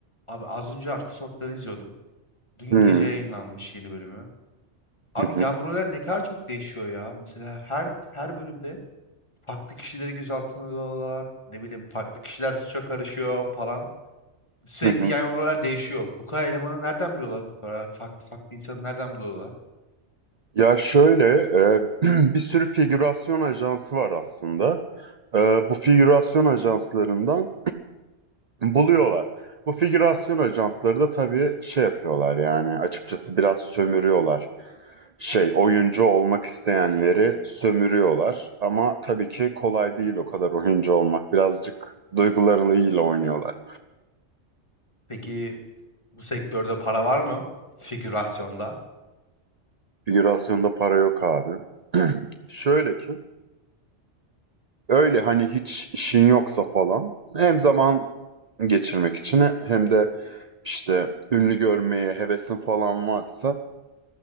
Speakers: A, on the left; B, on the right.
A: Abi az önce Arka Sokakları izliyordum. Dün
B: Hmm,
A: gece yayınlanmış yeni bölümü. Abi
B: Hı hı,
A: yan roller ne kadar çok değişiyor ya. Mesela her her bölümde farklı kişileri gözaltına alıyorlar. Ne bileyim farklı kişiler suça karışıyor falan. Sürekli
B: hı hı.
A: yan roller değişiyor. Bu kadar elemanı nereden buluyorlar? Bu kadar farklı farklı insanı nereden buluyorlar?
B: Ya şöyle e, <clears throat> bir sürü figürasyon ajansı var aslında. E, bu figürasyon ajanslarından buluyorlar. Bu figürasyon ajansları da tabii şey yapıyorlar yani açıkçası biraz sömürüyorlar. Şey oyuncu olmak isteyenleri sömürüyorlar ama tabii ki kolay değil o kadar oyuncu olmak. Birazcık duygularıyla oynuyorlar.
A: Peki bu sektörde para var mı? Figürasyonda.
B: Figürasyonda para yok abi. <clears throat> Şöyle ki Öyle hani hiç işin yoksa falan hem zaman geçirmek için hem de işte ünlü görmeye hevesin falan varsa